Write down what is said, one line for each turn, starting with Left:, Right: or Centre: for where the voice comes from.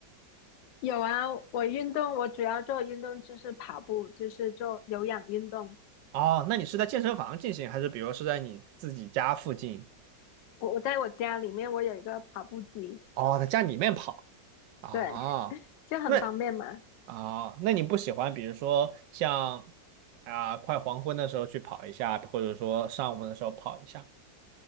Left: 有啊，我运动，我主要做运动就是跑步，就是做有氧运动。
Right: 哦，那你是在健身房进行，还是比如是在你自己家附近？
Left: 我我在我家里面我有一个跑步机，
Right: 哦，在家里面跑啊？
Left: 对，就很方便嘛。
Right: 那啊，那你不喜欢，比如说像啊、快黄昏的时候去跑一下，或者说上午的时候跑一下？